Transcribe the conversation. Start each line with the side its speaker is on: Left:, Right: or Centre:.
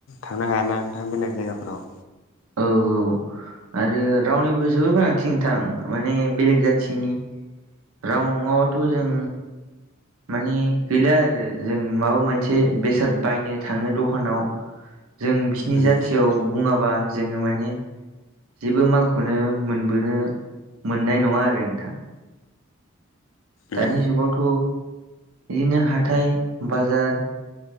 Left: थांनो हायाना नोंथां बेलेग जायगाफोराव
Right: औ औ आरो रावनिबो जोबोर गोनांथिं नोंथां माने बेलेग जाथिनि राव नङाबाथ' जों माने गैला आरो जों माबा मोनसे बेसाद बायनो थाङो दखानाव जों बिसिनि
Left: उम
Right: जाथियाव बुङाबा जोङो माने जेबो मालखौनो मोनबोनो मोननाय नङा आरो नोंथां। दानि
Left: उम
Right: जुगावथ' इदिनो हाथाय बाजार